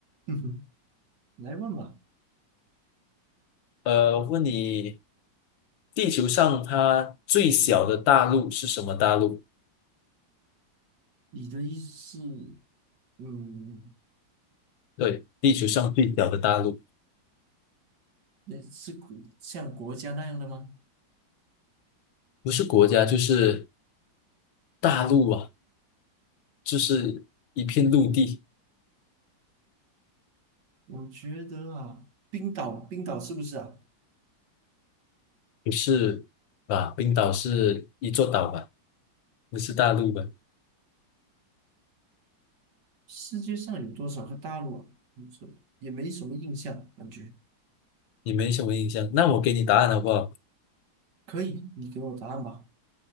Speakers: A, on the right; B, on the left.
A: <laughs> 来问吧，
B: 呃，问你，地球上它最小的大陆是什么大陆？
A: 你的意思是，嗯。
B: 对，地球上最小的大陆，
A: 那是国像国家那样的吗？
B: 不是国家就是大陆啊，就是一片陆地，
A: 我觉得啊，冰岛，冰岛是不是啊？
B: 不是吧？冰岛是一座岛吧？不是大陆吧？
A: 世界上有多少个大陆啊？没什么也没什么印象，感觉
B: 你没什么印象，那我给你答案好不好？
A: 可以，你给我答案吧。